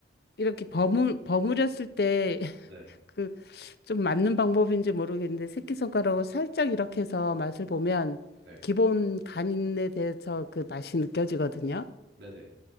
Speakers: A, on the left (about 55°); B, on the right (about 80°).
A: 이렇게 버무 버무렸을 때
B: 네,
A: 그 좀 맞는 방법인지 모르겠는데 새끼손가락으로 살짝 이렇게 해서 맛을 보면
B: 네,
A: 기본 간에 대해서 그 맛이 느껴지거든요.
B: 네, 네,